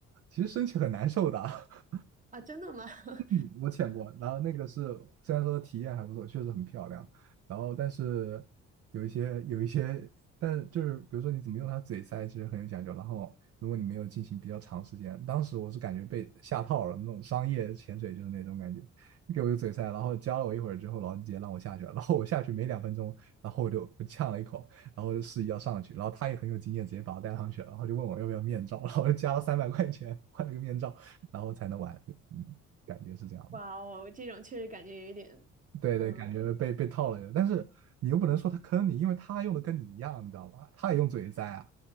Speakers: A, on the right; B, on the right.
A: 其实身体很难受的，<laughs>
B: 啊，真的吗？<laughs>
A: 嗯我潜过，然后那个是虽然说体验还不错，确实很漂亮，然后但是有一些有一些，但是就是比如说你怎么用它嘴塞，其实很有讲究。然后如果你没有进行比较长时间，当时我是感觉被下套了，那种商业潜水就是那种感觉，你给我一个嘴塞，然后教了我一会儿之后，然后你直接让我下去了，<laughs> 然后我下去没两分钟，然后我就呛了一口，然后我就示意要上去，然后他也很有经验，直接把我带上去了，然后就问我要不要面罩，然后我就加了三百块钱换了个面罩，然后才能玩。对嗯。感觉是这样的。
B: 哇哦，这种确实感觉有一点，
A: 对对，
B: 嗯，
A: 感觉被被套了，但是你又不能说他坑你，因为他用的跟你一样，你知道吧？他也用嘴栽啊，